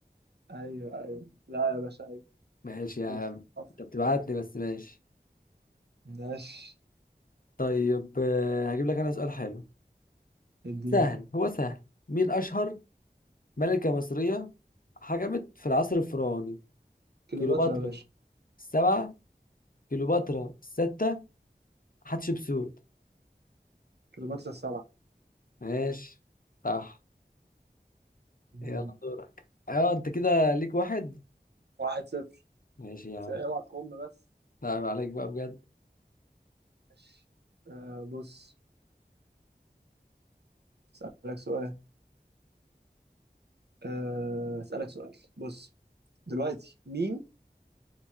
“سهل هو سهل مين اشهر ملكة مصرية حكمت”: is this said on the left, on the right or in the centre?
Left